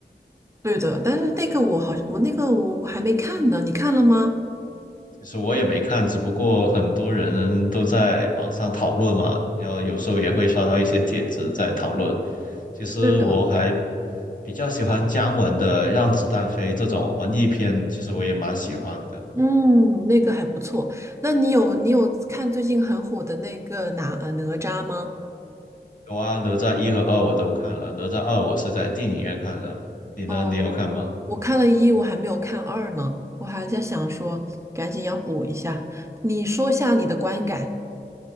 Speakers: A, on the right (about 15°); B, on the left (about 50°).
A: 对的，但是那个我好，我那个我还没看呢，你看了吗？
B: 其实我也没看，只不过很多人都在网上讨论嘛，然后有时候也会刷到一些帖子在讨论。其实我还
A: 对的，
B: 比较喜欢姜文的《让子弹飞》这种文艺片，其实我也蛮喜欢的。
A: 嗯，那个还不错。那你有你有看最近很火的那个哪呃哪吒吗？
B: 有啊，哪吒一和二我都看了，哪吒二我是在电影院看的，你呢？
A: 哦，
B: 你有看吗？
A: 我看了一，我还没有看二呢，我还在想说赶紧要补一下。你说下你的观感。